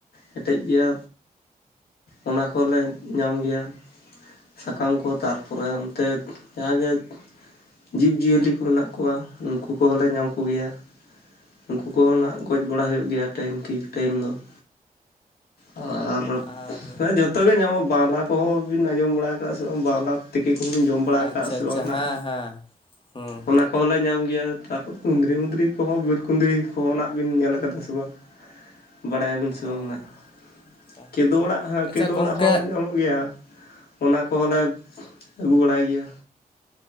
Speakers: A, on the left; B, on the left.
A: ᱦᱮᱴᱮᱡ ᱜᱮᱭᱟ ᱚᱱᱟ ᱠᱚ ᱦᱚᱸᱞᱮ ᱧᱟᱢ ᱜᱮᱭᱟ ᱾ ᱥᱟᱠᱟᱢ ᱠᱚ ᱛᱟᱨᱯᱚᱨᱮ ᱚᱱᱛᱮ ᱡᱟᱦᱟᱸ ᱜᱮ, ᱡᱤᱵᱽᱡᱤᱭᱟᱹᱞᱤ ᱠᱚ ᱢᱮᱱᱟᱜ ᱠᱚᱣᱟ ᱩᱱᱠᱩ ᱠᱚ ᱦᱚᱸ ᱞᱮ ᱧᱟᱢ ᱠᱚ ᱜᱮᱭᱟ ᱾ ᱩᱱᱠᱩ ᱠᱚ ᱦᱚᱸ ᱱᱟᱜ ᱜᱚᱡ ᱵᱟᱲᱟ ᱦᱳᱭᱳᱜ ᱜᱮᱭᱟ ᱴᱟᱭᱤᱢ ᱠᱤ ᱴᱟᱭᱤᱢ ᱫᱚ, ᱾ ᱟᱨ
B: ᱟᱨ
A: ᱦᱮᱸ ᱡᱚᱛᱚ ᱜᱮ ᱧᱟᱢᱚᱜᱼᱟ, ᱵᱟᱣᱞᱟ ᱠᱚ ᱦᱚᱸ ᱵᱤᱱ ᱟᱸᱡᱚᱢ ᱵᱟᱲᱟ ᱠᱟᱜᱼᱟ ᱥᱮ ᱵᱟᱝ ᱵᱟᱣᱞᱟ? ᱛᱮᱠᱮ ᱠᱚᱦᱚᱸᱢ ᱵᱤᱱ ᱡᱚᱢ
B: ᱟᱪᱪᱷᱟ
A: ᱵᱟᱲᱟ ᱟᱠᱟᱫ ᱥᱮ
B: ᱟᱪᱪᱷᱟ
A: ᱵᱟᱝ ᱱᱟᱜ?
B: ᱦᱮᱸ ᱦᱮᱸ ᱦᱩᱸ
A: ᱚᱱᱟ ᱠᱚ ᱦᱚᱸ ᱞᱮ ᱧᱟᱢ ᱜᱮᱭᱟ ᱛᱟᱨᱯᱚᱨ ᱠᱩᱸᱫᱽᱨᱤ ᱢᱩᱫᱽᱨᱤ ᱠᱚ ᱦᱚᱸ ᱵᱤᱨ ᱠᱩᱸᱫᱽᱨᱤ ᱠᱚᱦᱚᱸ ᱱᱟᱜ ᱵᱮᱱ ᱧᱮᱞ ᱟᱠᱟᱫᱟ ᱥᱮ ᱵᱟᱝ? <unintelligible> ᱵᱟᱲᱟᱭᱟᱵᱤᱱ ᱥᱮ
B: ᱚ
A: ᱵᱟᱝ ᱱᱟᱜ
B: ᱟᱪᱪᱷᱟ
A: ᱠᱮᱫᱳ ᱚᱲᱟᱜ ᱦᱚᱸ
B: ᱟᱪᱪᱷᱟ
A: ᱠᱮᱫᱳ
B: ᱜᱚᱢᱠᱮ
A: ᱚᱲᱟᱜ ᱦᱚᱸ ᱧᱟᱢᱚᱜ ᱜᱮᱭᱟ ᱾ ᱚᱱᱟ ᱠᱚ ᱦᱚᱸ ᱞᱮ ᱟᱹᱜᱩ ᱵᱟᱲᱟᱭ ᱜᱮᱭᱟ᱾